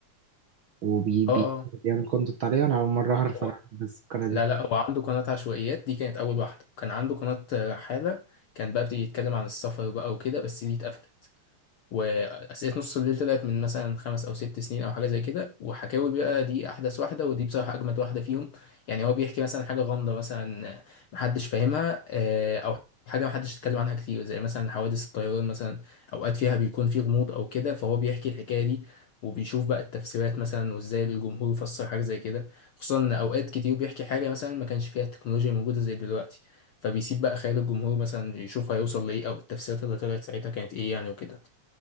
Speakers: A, on the right; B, on the left.
A: وبيعمل
B: اه اه
A: كونتنت عليها انا اول مره اعرف
B: هو
A: انا عارف بس القناه دي
B: لا لا هو عنده قناة عشوائيات دي كانت أول واحدة كان عنده قناة رحالة كان بقى بيتكلم عن السفر بقى وكده بس دي اتقفلت واسئله نص الليل طلعت من مثلا خمس او ست سنين او حاجه زي كده وحكاوي بقى دي احدث واحده ودي بصراحه اجمد واحده فيهم يعني هو بيحكي مثلا حاجه غامضه مثلا محدش فاهمها آه، او حاجه محدش اتكلم عنها كتير زي مثلا حوادث الطيران مثلا اوقات فيها بيكون في غموض او كده فهو بيحكي الحكايه دي وبيشوف بقى التفسيرات مثلا وازاي الجمهور يفسر حاجه زي كده خصوصا ان اوقات كتير بيحكي حاجه مثلا ما كانش فيها التكنولوجيا موجوده زي دلوقتي فبيسيب بقى خيال الجمهور مثلا يشوف هيوصل لايه او التفسيرات اللي طلعت ساعتها كانت ايه يعني وكده